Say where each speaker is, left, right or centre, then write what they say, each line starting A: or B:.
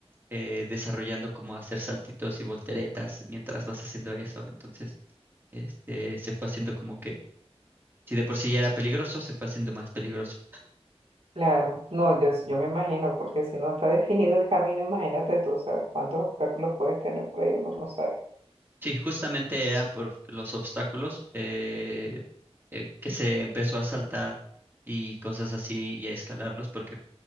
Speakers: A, on the right (about 20°); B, on the right (about 65°).
A: eh, desarrollando como hacer saltitos y volteretas mientras vas haciendo eso. Entonces, este, se fue haciendo como que, si de por sí ya era peligroso, se fue haciendo más peligroso.
B: Claro, no, yo, yo me imagino, porque si no está definido el camino, imagínate tú, o sea, cuántos obstáculos puedes tener por ahí, uno no sabe.
A: Sí, justamente era por los obstáculos eh, eh, que se empezó a saltar y cosas así y a escalarlos, porque